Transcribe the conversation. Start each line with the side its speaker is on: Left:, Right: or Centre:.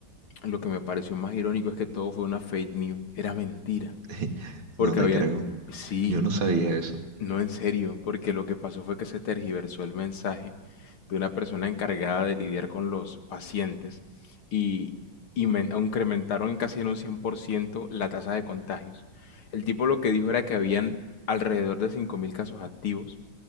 Left: Lo que me pareció más irónico es que todo fue una fake news. Era mentira.
Right: <laughs>
Left: Porque
Right: No te
Left: habían...
Right: creo.
Left: Sí,
Right: Yo no sabía eso.
Left: no en serio, porque lo que pasó fue que se tergiversó el mensaje de una persona encargada de lidiar con los pacientes y, y men- incrementaron casi en un 100% la tasa de contagios. El tipo lo que dijo era que habían alrededor de 5.000 casos activos,